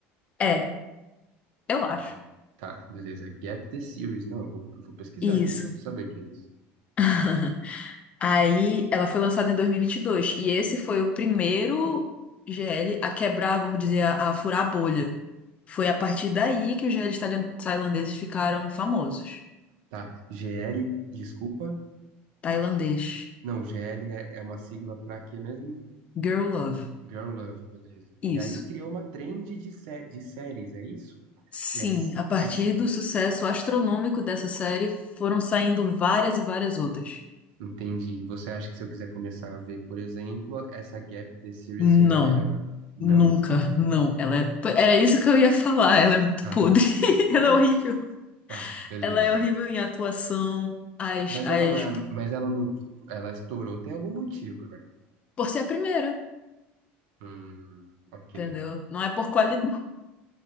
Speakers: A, on the left (about 25°); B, on the right (about 70°).
A: É, eu acho.
B: Beleza. Tá, beleza. Gap the Series. Não, eu vou, eu vou pesquisar
A: Isso.
B: aqui, preciso saber o que é isso.
A: <laughs> Aí, ela foi lançada em dois mil e vinte e E dois. E esse foi o primeiro GL a quebrar, vamos dizer, a, a furar a bolha. Foi a partir daí que os GLs tailan- tailandeses ficaram famosos.
B: Tá, GL, desculpa.
A: Tailandês.
B: Não, GL é, é uma sigla pra quê mesmo?
A: Girl Love.
B: Girl Love, beleza.
A: Isso.
B: E aí criou uma trend de, sé de séries, é isso?
A: Sim,
B: Yes,
A: a partir
B: yes.
A: do sucesso astronômico dessa série, foram saindo várias e várias outras.
B: Entendi. Você acha que se eu quiser começar a ver, por exemplo, essa Gap the Series
A: Não,
B: seria melhor? Não?
A: nunca, não. Ela é... Era isso que eu ia falar. Ela é muito
B: Tá.
A: podre. <laughs>
B: Nossa.
A: Ela é horrível.
B: Tá, beleza.
A: Ela é horrível em atuação, as,
B: Mas
A: as...
B: ela não é, a- mas ela não, ela estourou, tem algum motivo, né?
A: por ser a primeira,
B: Hum, ok.
A: entendeu? Não é por qualidade.